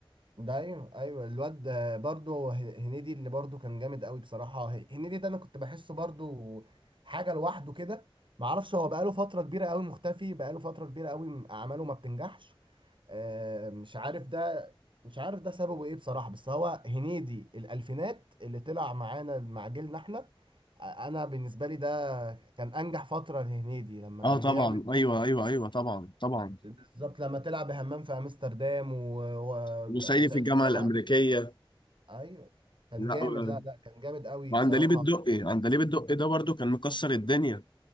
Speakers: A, on the right; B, on the left.
A: ده ايوه ايوه الواد برضو هن- هنيدي اللي برضو كان جامد قوي بصراحه ه- هنيدي ده انا كنت بحسه برضو حاجه لوحده كده ما اعرفش هو بقاله فتره كبيره قوي مختفي بقاله فتره كبيره قوي م- اعماله ما بتنجحش آه، مش عارف ده مش عارف ده سببه ايه بصراحه بس هو هنيدي الالفينات اللي طلع معانا مع جيلنا احنا آه، انا بالنسبه لي ده كان انجح فتره لهنيدي لما
B: اه
A: كان
B: طبعا
A: بيعمل
B: ايوه ايوه ايوه طبعا طبعا
A: بالظبط لما تلعب همام في امستردام وسعيدي
B: وصعيدي في الجامعة
A: في الجامعه
B: الأمريكية
A: ايوه كان
B: لا
A: جامد
B: و-
A: لا لا كان جامد قوي
B: وعندليب
A: بصراحه
B: الدقي عندليب الدقي ده برضو كان مكسر الدنيا